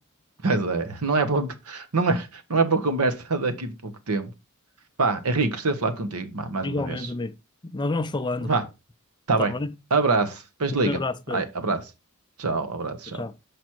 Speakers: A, on the right; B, on the left.
A: Pois é, não é boa, não é, não é boa conversa <laughs> daqui de pouco tempo. Vá, Henrique, gostei de falar contigo, vá, mais
B: Igualmente,
A: uma vez.
B: amigo. Nós vamos falando,
A: Vá, tá
B: está
A: bem.
B: bem?
A: Abraço, depois
B: Um
A: liga.
B: abraço, Pedro.
A: Ai, abraço. Tchau, abraço,
B: Tchau.
A: tchau.